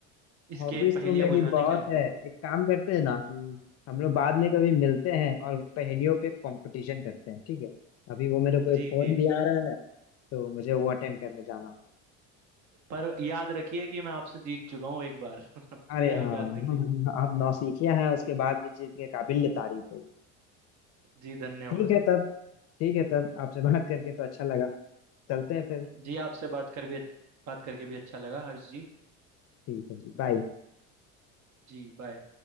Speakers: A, on the right; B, on the left.
A: इसके
B: हॉबीज
A: पहेलियाँ
B: तो मेरी
A: बुझाने
B: बहुत
A: के अलावा
B: है एक काम करते हैं ना कि हम लोग बाद में कभी मिलते हैं और पहेलियों पे कंपटीशन करते हैं ठीक है अभी
A: <laughs>
B: वो मेरे को एक
A: जी
B: फोन
A: जी
B: भी आ रहा है तो मुझे वो अटेंड करने जाना हो
A: पर याद रखिए कि मैं आपसे जीत चुका हूँ एक बार
B: अरे
A: ये आप
B: हाँ
A: याद रखिए
B: <laughs> आप नौसिखिया हैं उसके बाद भी चीज के काबिल तारीफ है
A: जी धन्यवाद
B: ठीक है तब ठीक है तब आपसे बात करके तो अच्छा लगा चलते हैं फिर
A: जी आपसे बात कर भी बात करके भी अच्छा लगा हर्ष जी
B: ठीक है जी बाय
A: जी बाय